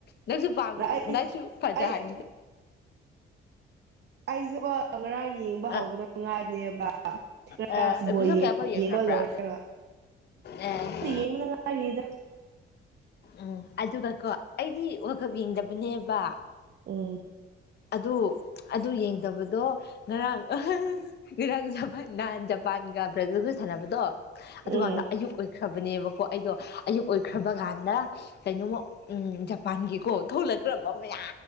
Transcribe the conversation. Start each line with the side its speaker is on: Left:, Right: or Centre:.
Left: ꯅꯪꯁꯨ ꯄꯥꯝ
Right: ꯑꯩ
Left: ꯅꯥꯪꯁꯨ ꯐꯖꯍꯟ
Right: ꯑꯩ ꯑꯩꯁꯦꯕꯣ ꯉꯔꯥꯡ ꯌꯦꯡꯕ
Left: ꯑ
Right: ꯍꯧꯕꯅ ꯉꯥꯏꯅꯦ ꯕꯐꯨꯠꯕꯣꯜ
Left: ꯑ ꯑꯦꯄꯤꯁꯣꯠ ꯀꯌꯥꯐꯥꯎ ꯌꯦꯡꯈ꯭ꯔꯕ꯭ꯔꯥ
Right: ꯌꯦꯡꯕ ꯂꯣꯏꯔꯒ
Left: ꯑꯦ
Right: ꯌꯦꯡꯗꯉꯥꯏꯔꯤꯗ
Left: ꯎꯝ ꯑꯗꯨꯒ ꯀꯣ ꯑꯩꯗꯤ ꯋꯥꯔꯜꯗꯀꯞ ꯌꯦꯡꯗꯕꯅꯦꯕ
Right: ꯎꯝ
Left: ꯑꯗꯨ ꯑꯗꯨ ꯌꯦꯡꯗꯕꯗꯣ ꯉꯔꯥꯡ ꯏꯔꯥꯡ ꯖꯄ ꯖꯄꯥꯟꯒ ꯕ꯭ꯔꯥꯖꯤꯜꯒ ꯁꯥꯟꯅꯕꯗꯣ ꯑꯗꯨꯀꯥꯟꯗ
Right: ꯎꯝ
Left: ꯑꯌꯨꯛ ꯈ꯭ꯔꯕꯅꯦꯕꯀꯣ ꯑꯩꯗꯣ ꯑꯌꯨꯛ ꯑꯣꯏꯈ꯭ꯔꯕ ꯀꯥꯟꯗ ꯀꯩꯅꯣꯃ ꯎꯝ ꯖꯄꯥꯟꯒꯤꯀꯣ ꯊꯣꯛꯂꯛꯈ꯭ꯔꯕ ꯃꯌꯥꯝ